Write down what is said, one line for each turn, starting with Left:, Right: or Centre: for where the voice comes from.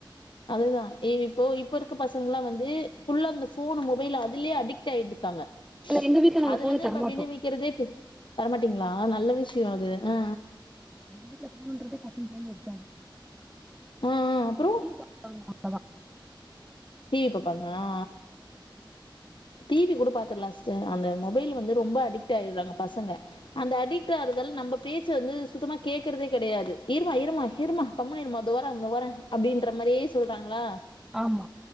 Left: அதுதா இப்போ இருக்க பசங்லா வந்து ஃப்புல்லா அந்த ஃபோனு மொபைலு அதுலே அடிக்ட் ஆயிட்ருக்காங்க
Centre: ஆனா எங்க வீட்ல நாங்க
Left: அதுலந்து
Centre: ஃபோன தரமாட்டோம்.
Left: நம்ம விடுவிக்கிறதே பெரிய தரமாட்டீங்ளா நல்ல விஷயோ அது ஆ
Centre: எங்க வீட்ல ஃபோனுன்றதே பசங்க கைல இர்க்காது
Left: ஆ ஆ அப்புறோ
Centre: டி வி பாப்பாங்க ஆமா
Left: டி வி பாப்பாங்க அ டி வி குட பாத்துட்லா சிஸ்டர் அந்த மொபைல் வந்து ரொம்ப அடிக்ட் ஆயிற்றாங்க பசங்க அந்த அடிக்ட் ஆறதால நம்ப பேச்ச வந்து சுத்தமா கேக்குறதே கெடையாது இரும்மா இரும்மா இரும்மா கம்முனுர்மா தோ வர தோ வர அப்டின்ற மரியே சொல்றாங்களா
Centre: ஆம்மா